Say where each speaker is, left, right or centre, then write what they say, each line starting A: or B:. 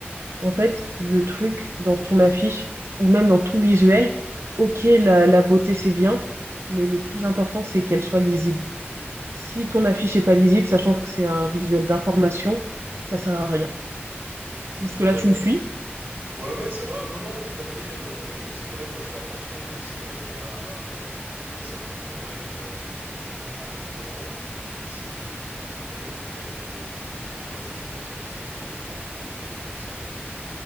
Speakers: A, on the right; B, on the right.
A: En fait, le truc dans ton affiche ou même dans tout visuel, ok, la, la beauté c'est bien, mais le plus important c'est qu'elle soit lisible. Si ton affiche est pas lisible, sachant que c'est un visuel d'information, ça sert à rien. Jusque-là,
B: Ouais, ouais,
A: tu
B: d'ac-
A: me suis?
B: ouais, ouais, ça va. Non, non, tout à fait. euh, c'est vrai, bah, je fais attention. Et c'est vrai qu'on a. En fait, c'est un problème euh, vraiment récurrent. C'est ouais, quel euh, typo choisir sans que ce soit trop, trop excentrique,